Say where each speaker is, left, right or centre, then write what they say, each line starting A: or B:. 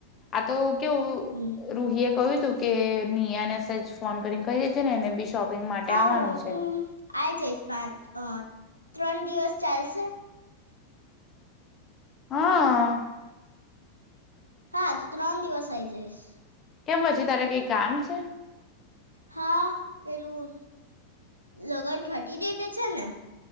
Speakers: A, on the left; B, on the right.
A: આ તો કેવુ
B: હમ
A: રૂહીએ કહ્યું તું કે નિ એને સેજ ફોન કરી કઈ રે છે ને એને બી શોપિંગ માટે
B: હા
A: આવવાનું છે.
B: હું આઈ જઈશ પાંચ અ ત્રણ દિવસ ચાલશે
A: હા
B: હા તો ત્રણ દિવસ આ આવી જઈશ
A: કેમ હછી તારે કઈ કામ છે
B: હા પેલું લગન થર્ટી ડેટ છે ને